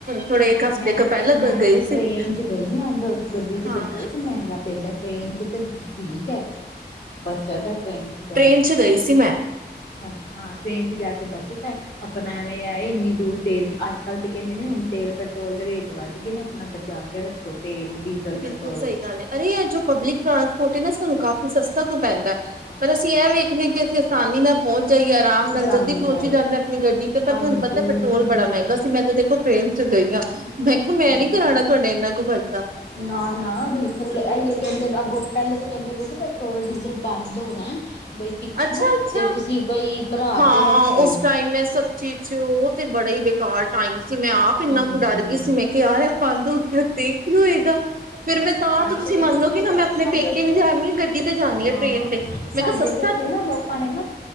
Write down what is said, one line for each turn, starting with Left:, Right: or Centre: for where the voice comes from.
Right: ਥੋੜੇ
Left: ਹਾਂ
Right: ਇੱਕ ਹਫ਼ਤੇ
Left: ਮੈਂ
Right: ਕ ਪਹਿਲਾਂ
Left: ਤੇ ਮੈਂ
Right: ਗਈ
Left: ਤੇ
Right: ਸੀ
Left: ਟ੍ਰੇਨ ਚ ਗਈ ਹਾਂ ਗੱਡੀ ਚ
Right: ਹਾਂ
Left: ਤੇ ਬਹੁਤ ਮਹਿੰਗਾ ਪੈਂਦਾ ਟ੍ਰੇਨ 'ਚ ਤਾਂ ਠੀਕ ਹੈ ਬੱਚਤ ਹੈ ਟ੍ਰੇਨ ਜਾ
Right: ਟ੍ਰੇਨ
Left: ਕੇ
Right: ਚ ਗਈ ਸੀ ਮੈਂ
Left: ਅੱਛਾ ਹਾਂ ਟ੍ਰੇਨ ਚ ਜਾ ਕੇ ਬਚਤ ਹੈ ਆਪਣਾ ਐਵੇਂ ਆਏ ਇੰਨੀ ਦੂਰ ਤੇਲ ਵੀ ਅੱਜ ਕੱਲ ਤੇ ਕਹਿੰਦੇ ਨੇ ਹੁਣ ਤੇਲ ਪੈਟਰੋਲ ਦੇ ਰੇਟ ਵੱਧ ਗਏ ਨੇ ਆਪਣਾ ਬਚਾ ਕੇ ਰੱਖੋ ਤੇਲ, ਡੀਜ਼ਲ,
Right: ਬਿਲਕੁਲ
Left: ਪੈਟਰੋਲ।
Right: ਸਹੀ ਗੱਲ ਹੈ ਅਰੇ ਜੋ ਪਬਲਿਕ ਟਰਾਂਸਪੋਰਟ ਹੈ ਨਾ ਸਾਨੁ ਕਾਫੀ ਸਸਤਾ ਪੈਂਦਾ
Left: ਹਾਂ।
Right: ਪਰ ਅਸੀਂ ਇਹਂ ਵੇਖਣੇ ਹ ਕਿ ਅਸੀਂ ਆਸਾਨੀ ਨਾਲ ਪਹੁੰਚ ਜਾਈਏ ਆਰਾਮ ਨਾਲ
Left: ਆਸਾਨੀ
Right: ਜਲਦੀ ਪਹੁੰਚੀ
Left: ਨਾਲ,
Right: ਜਾਂਦਾ ਆਪਣੀ ਗੱਡੀ ਤੇ ਪਰ
Left: ਹਾਂਜੀ-ਹਾਂਜੀ।
Right: ਤੁਹਾਨੂੰ ਪਤਾ ਪੈਟਰੋਲ ਬੜਾ ਮਹਿੰਗਾ ਸੀ ਮੈਂ ਤੇ ਦੇਖੋ ਟ੍ਰੇਨ ਚ ਗਈਆਂ ਮੈਂ ਕਿਹਾ ਮੈਂ
Left: ਹਾਂਜੀ,
Right: ਨੀ ਕਰਾਣਾ ਤੁਹਾਡੇ ਏਨਾ ਕ ਖਰਚਾ
Left: ਨਾ-ਨਾ ਬਿਲਕੁੱਲ ਐ ਈ ਓ ਕੇਂਦੇ ਅੱਗੋ ਪਹਿਲੇ ਤੇ ਕੈਂਦੇ ਪਏ ਸੀ ਪੈਟਰੋਲ ਡੀਜ਼ਲ ਬੰਦ ਹੋਣਾ ਬਈ ਪਿੱਛੋਂ
Right: ਅੱਛਾ-ਅੱਛਾ
Left: ਤੇ ਤੁਸੀਂ ਬਈ ਭਰਾ
Right: ਹਾਂ
Left: ਕੇ ਰੱਖੋ,
Right: ਉਸ ਟਾਈਮ ਮੈਂ ਸੱਚੀ ਚ ਓ ਤੇ ਬੜਾ ਈ ਕਾਰ ਟਾਈਮ ਸੀ ਮੈਂ ਆਪ ਇੰਨਾ
Left: ਹਾਂਜੀ।
Right: ਕੁ ਡਰ ਗੀ ਸੀ ਮੈਂ ਕਿਹਾ <unintelligible> ਕਿਰਤੀ ਕੀ ਹੋਏਗਾ ਫ਼ਿਰ
Left: ਹਾਂ,
Right: ਮੈਂ ਤਾਂ ਤਾਂ
Left: ਹੀ
Right: ਤੁਸੀਂ
Left: ਤੇ ਕਹਿੰਦੇ
Right: ਮੰਨੋਗੇ
Left: ਇੱਕ ਤੇ
Right: ਨਾ ਮੈਂ ਆਪਣੇ
Left: ਸਾਡੇ
Right: ਪੇਕੇ
Left: ਤੇ
Right: ਵੀ ਜਾਣੀ ਆਾਂ ਗੱਡੀ ਤੇ ਜਾਣੀ
Left: ਹਾਂ
Right: ਆ ਟ੍ਰਰੇਨ ਤੇ ਮੈਂ
Left: ਸਾਡੇ
Right: ਕਿਹਾ ਸਸ
Left: ਤੇ ਇੱਥੇ ਨਾ ਲੋਕਾਂ ਨੇ ਨਾ